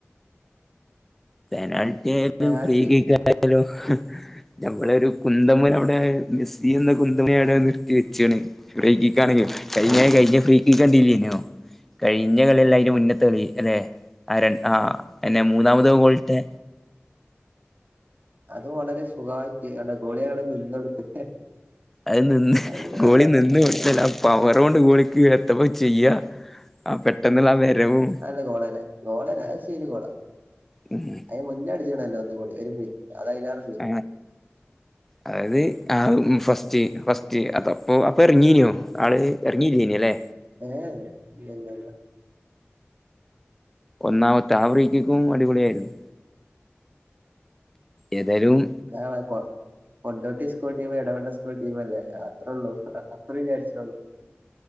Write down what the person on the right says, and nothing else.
പെനാൾട്ടി
അത് വളരെ സുഖായിട്ട് അടെ ഗോളിയങ്ങ് നിന്നൊടുത്ത്.
അത് പിന്നെ
നല്ല
ല്ല ഗോളല്ലേ ഗോളല്ല ശീത് ഗോളാ
മുന്നേ അടിച്ചേണല്ലോ ഒന്നൂടി അത് അയിലെറങ്ങി
ഏഹ് ഇല്ലല്ലല്ല
ക്കാണേ കൊ Kondotty school team Edavanna school team അല്ലേ അത്രേള്ളൂ അത്ര വിചാരിച്ചിള്ളൂ.